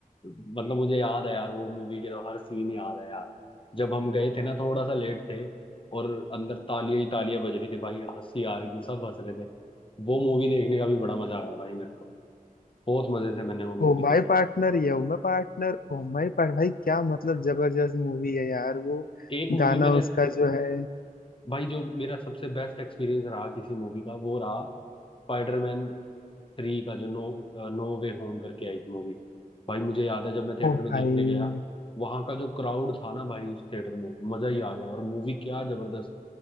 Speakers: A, on the left; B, on the left.
A: मतलब मुझे याद है यार वो मूवी के तो हर सीन याद है यार जब हम गए थे ना थोड़ा सा लेट थे और अंदर तालियां ही तालियां बज रही थी भाई हंसी आ रही थी सब हंस रहे थे वो मूवी देखने का भी बड़ा मजा आया भाई मेरे को बहुत मजे से मैंने वो मूवी
B: ओ माय
A: देखी
B: पार्टनर या oh my partner oh my part भाई क्या मतलब जबरदस्त मूवी है यार वो
A: एक मूवी
B: गाना
A: मैंने
B: उसका जो है
A: भाई जो मेरा सबसे बेस्ट एक्सपीरियंस रहा किसी मूवी का वो रहा स्पाइडरमैन थ्री का जो नो नो वे होम करके आई थी मूवी भाई मुझे याद है जब मैं थिएटर
B: ओ
A: में देखने
B: भाई
A: गया वहां का जो क्राउड था ना भाई उस थिएटर में मजा ही आ गया और मूवी क्या जबरदस्त